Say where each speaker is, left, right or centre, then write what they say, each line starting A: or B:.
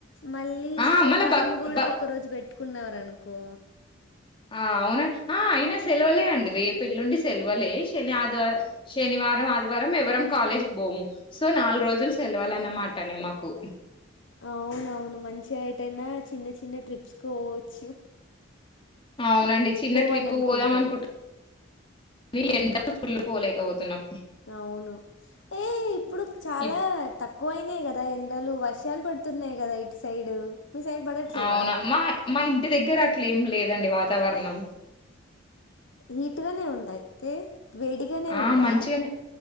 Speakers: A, on the left (about 70°); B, on the left (about 25°).
A: మళ్ళీ
B: ఆ
A: శుక్రవారం
B: మళ్ళ బ
A: కూడా
B: బ
A: ఒక రోజు పెట్టుకున్నరను కో
B: ఆ అవునా ఆ అయినా సెలవలే అండి రే పెళ్ల్లుండి సెలవలే శని ఆదివారం శనివారం ఆదివారం ఎవరం కాలేజ్కి పోము సో నాలుగు రోజులు సెలవలు అన్నమాటనే మాకు
A: అవునవును మంచి అయిటయినా చిన్న చిన్న ట్రిప్స్కి పోవచ్చు
B: అవునండి చిన్న
A: పోవాలనుకుంటే
B: ట్రిప్పు పోదాం అనుకుంట్ మీ ఎండ ఫుల్ళు పోలేకపోతున్నాం
A: అవును ఏ ఇప్పుడు చాలా
B: ఇప్-
A: తక్కువ అయినాయి కదా ఎండలు వర్ష ల్ పడుతున్నయి కదా యిట్ సైడ్ మీ సైడ్ పడట్లేవా
B: అవునా మా మా ఇంటి దగ్గర అట్లే ఏం లేదండి వాతావరణం
A: హీట్గానే ఉంద అయితే వేడిగానే
B: ఆ
A: ఉందా
B: మంచిగానే